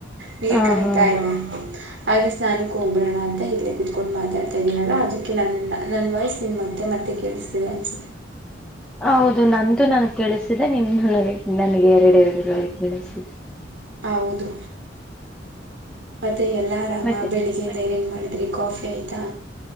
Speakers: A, on the right (about 75°); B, in the centre.
A: ನೀರ್
B: ಹ
A: ಕಾಯ್ತಾ
B: ಹಾ
A: ಇದೆ ಹಾಗೆ ಸ್ನಾನಕ್ಕೆ ಹ ಹೋಗಬೋಣ ಅಂತ ಇಲ್ಲೇ ಕುತ್ಕೊಂಡು ಮಾತಾಡ್ತಾ ಇದ್ದೀನಲ್ಲ ಅದಕ್ಕೆ ನನ್ನ ನನ್ನ ವಾಯ್ಸ್ ನಿನ್ ಮತ್ತೆ ಮತ್ತೆ ಕೇಳಿಸ ಎರಚ
B: ಹೌದು ನಂದು ನನ್ಗ್ ಕಳಿಸಿದೆ ನಿಮ ನನ್ಗೆ ಎರಡೆ ಎರಡು ರೂರುವಾಯಿ ಬೆಳಿಸಿದೆ
A: ಹೌದು ಮತ್ತೆ ಎಲ್ಲಾ ಆರಾಮ
B: ಮತ್ತೆ
A: ಬೆಳಿಗ್ಗೆಯಿಂದ ಏನೇನ್ ಮಾಡ ಮಾಡಿದ್ರಿ ಕಾಫಿ ಆಯ್ತಾ